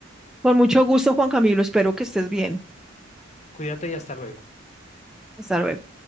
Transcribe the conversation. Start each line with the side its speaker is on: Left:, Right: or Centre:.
Centre: Con mucho gusto, Juan Camilo. Espero que estés bien.
Left: Cuídate y hasta luego.
Centre: Hasta luego.